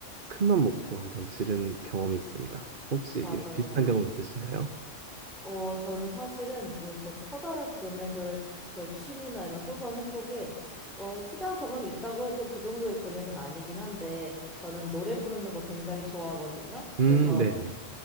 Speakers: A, on the right (about 45°); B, in the centre.
A: 큰 맘 먹고 한번 지른 경험이 있습니다. 혹시 이런
B: 맞아요.
A: 비슷한 경험 있으신가요?
B: 어, 저는 사실은 이렇게 커다란 금액을 저의 취미나 이런 소소한 행복에 어, 투자한 경험이 있다고 해도 그 정도의 금액은 아니긴 한데 저는 노래 부르는 거 굉장히 좋아하거든요. 그래서
A: 음, 네네.